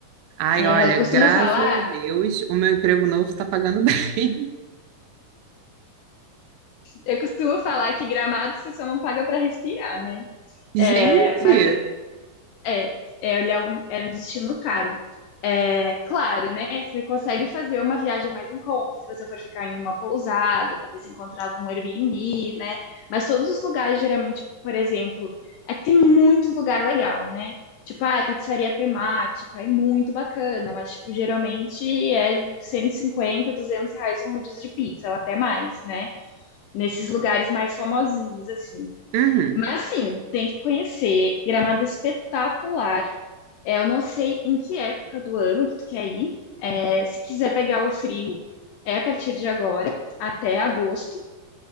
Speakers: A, on the right (about 80°); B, on the left (about 80°).
A: Ai,
B: É,
A: olha,
B: eu costumo
A: graças
B: falar,
A: a Deus, o meu emprego novo está pagando bem.
B: eu costumo falar que Gramado você só não paga para respirar, né?
A: <laughs>
B: É,
A: Gente,
B: mas é, é, ele é um, é um destino caro. É, claro, né? Você consegue fazer uma viagem mais em conta, se você for ficar em uma pousada, talvez encontrar algum Airbnb, né? Mas todos os lugares, geralmente, por exemplo, é que tem muito lugar legal, né? Tipo, ah, pizzaria temática, é muito bacana, mas, tipo, geralmente é cento e cinquenta 200 reais um rodízio de pizza, ou até mais, né? nesses lugares mais famosinhos, assim.
A: uhum.
B: Mas sim, tem que conhecer. Gramado é espetacular. É, eu não sei em que época do ano que tu quer ir. É, se quiser pegar o frio, é a partir de agora, até agosto.